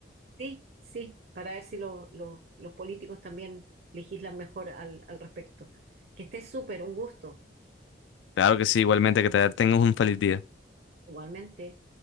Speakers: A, on the right (about 55°); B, on the left (about 80°).
A: Sí, sí, para ver si lo- lo- los políticos también legislan mejor al, al respecto. Que esté súper, un gusto,
B: Claro que sí, igualmente que te tengas un feliz día.
A: igualmente.